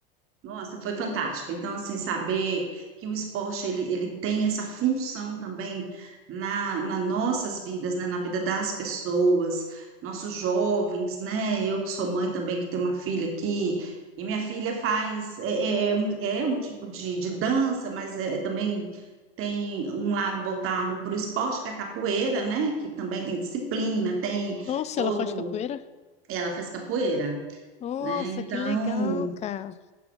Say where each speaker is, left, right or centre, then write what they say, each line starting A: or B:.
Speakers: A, on the right; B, on the left.
A: Nossa, foi fantástico. Então, assim, saber que o esporte ele, ele tem essa função também na, na nossas vidas, né? Na vida das pessoas, nossos jovens, né? Eu que sou mãe também, que tenho uma filha aqui, e minha filha faz, é, é, é um é um tipo de, de dança, mas é, é também tem um lado voltado para o esporte, que é a capoeira, né? Que também tem disciplina, tem
B: Nossa,
A: todo,
B: ela faz capoeira?
A: ela faz capoeira,
B: Nossa,
A: né? Então
B: que legal, cara.